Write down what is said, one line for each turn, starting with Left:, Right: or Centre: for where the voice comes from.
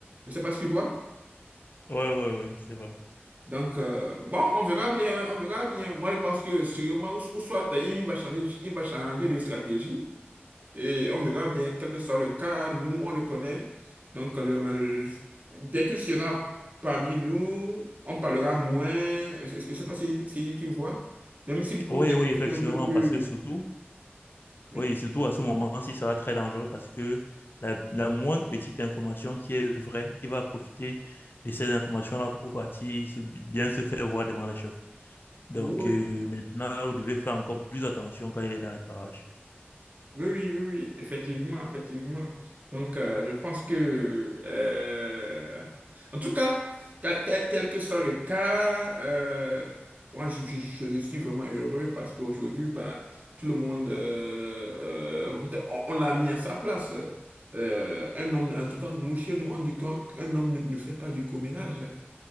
Right: Je ne sais pas si tu vois.
Left: Oui, oui, oui, c'est vrai.
Right: Donc, euh, bon, on verra bien, on verra bien. Moi, je pense que sûrement, ou, ou soit euh, il va changer, il va changer de stratégie et on verra bien, quel que soit le cas, nous, on le connaît. Donc, le- dès qu'il sera parmi nous, on parlera moins. Je ne sais pas si, si tu vois, même s'il pose
Left: Oui,
Right: des
Left: oui,
Right: questions
Left: effectivement,
Right: un peu plus...
Left: parce que surtout,
Right: Oui,
Left: oui, surtout à ce moment-ci, ça va être très dangereux parce que la, la moindre petite information qui est vraie, il va profiter de ces informations-là pour partir se- bien se faire voir devant les chefs. Donc
Right: oui, oui.
Left: euh, maintenant, vous devez faire encore plus attention quand il est dans les parages.
Right: Oui, oui, oui, oui, effectivement, effectivement. Donc, euh, je pense que, euh, en tout cas, quel, quel- quel que soit le cas, euh, moi, je, je- je suis vraiment heureux parce qu'aujourd'hui, bah, tout le monde, euh, euh, peut-être on, on l'a mis à sa place. Euh, un homme, en tout cas, nous, chez nous, on dit qu'un qu'un homme ne, ne fait pas du commérage.